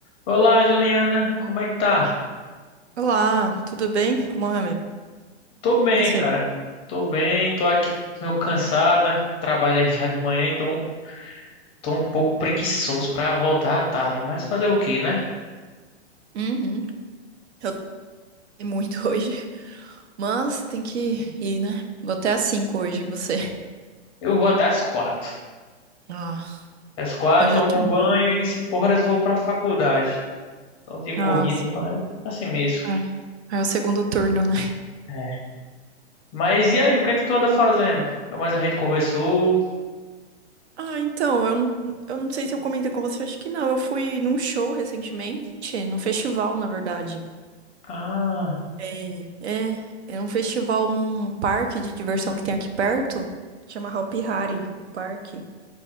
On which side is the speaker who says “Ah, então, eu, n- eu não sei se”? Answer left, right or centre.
Right